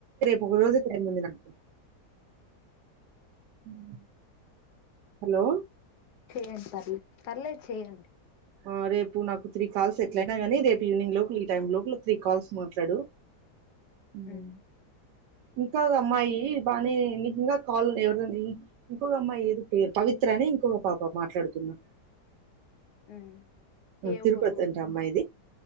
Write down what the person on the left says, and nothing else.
చేయండి పర్లేదు పర్లేదు చెయ్యండి
మ్మ్
మ్మ్ ఏ
ఊరు అమ్మాయి